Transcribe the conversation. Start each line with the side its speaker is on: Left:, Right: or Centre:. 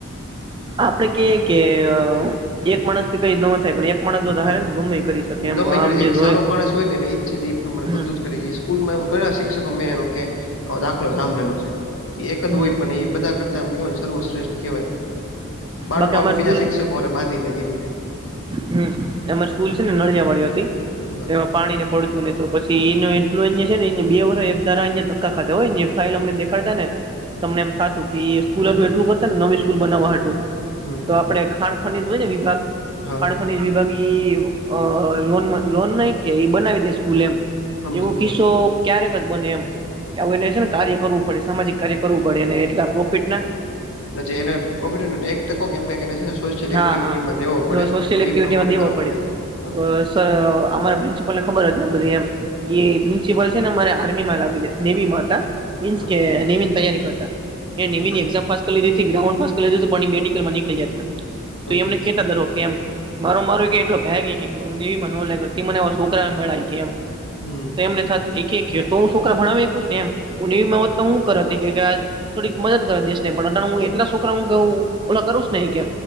Right: આપડે કે કેઅ એક માણસ થી કઈ ન થાય, પણ માણસ જો ધારે
Left: હા
Right: ને ગમે ઈ કરી શકે એમ
Left: ગમે
Right: આમ
Left: કરે એક
Right: જોય
Left: સારો માણસ હોય ને એને ઈચ્છે ને એ પ્રમાણે
Right: હમ
Left: બધું જ કરે. સ્કૂલમાં એવા ઘણા શિક્ષકો મેં એનો કે દાખલો સાંભળેલો છે, કે એક
Right: હમ
Left: જ હોય પણ એ બધા કરતા એમ કેવાયને સર્વશ્રેષ્ઠ કેહેવાય, બાળકો
Right: બાકી અમારી
Left: તો બીજા
Right: સ્કૂલ
Left: શિક્ષકોને બાંધી લે એ રીતે.
Right: હમ્મ, એમાં સ્કૂલ છે ને નળિયા વાળી હતી,
Left: હા
Right: એમાં પાણી ને પડતું લીધું, પછી એનું એક <unintelligible> એ છે નેબે વરહ એકધારા એમને ધક્કા ખાધા હોય ને ફાઇલ અમને દેખાડતાને તમને એમ થાતું કે સ્કૂલ હતું એટલું કરતા, ને નવી સ્કૂલ બનાવવા હતું.
Left: હમ
Right: તો આપડે ખાણ ખાનીજ હોય ને વિભાગ
Left: હા
Right: ખાણ ખનીજ વિભાગ ઈ અ લોન, લોન નહી કે બનાવી દે સ્કૂલે એમ.
Left: સમજી
Right: એવો કિસ્સો
Left: ગયો
Right: ક્યારેક જ બને એમ, એવું એને છે ને કાર્ય કરવું પડે સામાજિક કાર્ય. કરવું પડે એને એટલા પ્રોફિટ ના.
Left: અને જે એને પ્રોફિટ હોય ને એક ટકો કે એમ કંઈક એને છેને સોશયલ
Right: હા
Left: એક્ટિવિટીમાં
Right: હા
Left: દેવો પડે,
Right: સોશિયલ
Left: એટલે
Right: એક્ટિવિટીમાં
Left: એ પ્રમાણે
Right: દેવો
Left: કરવું પડે હા.
Right: તો સર અમારા પ્રિન્સિપલ ને ખબર હતી એમ બધી એમ. એ પ્રિન્સિપલ છે ને અમારે આર્મી માં લાગીયા નેવી માં હતા. મીન્સ
Left: હા
Right: કે નેવી ની તૈયારી કરતા, કે નેવી
Left: હમ
Right: ની એક્ઝામ્પ પાસ કલીરેતી ગ્રાઉન્ડ પાસ કરી મેડિકલ માં નીકળી જતા,
Left: સમજી
Right: તો એમને
Left: ગયો
Right: કેતા દર વખતે એમ. મારો મારો ભી એટલો ભેઈકે કે હું નેવીમાં ન લેગાટ કે માને ઓ છોકરા મેળય કે એમ,
Left: હમ
Right: તો એમને થાત એકે ખેતો છોકરા ભણાવે કુશ ને એમ, હુ નેવી માં હોત તો હું કરત <unintelligible> થોડીક મદદ કરા દેશને પણ હું એટલા છોકરાઓ કે ઓલા કરુંશ ને હી કે.